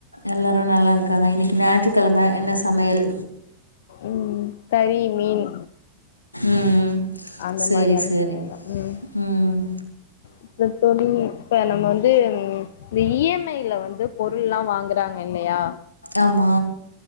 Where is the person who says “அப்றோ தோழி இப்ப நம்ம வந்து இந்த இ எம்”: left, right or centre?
Left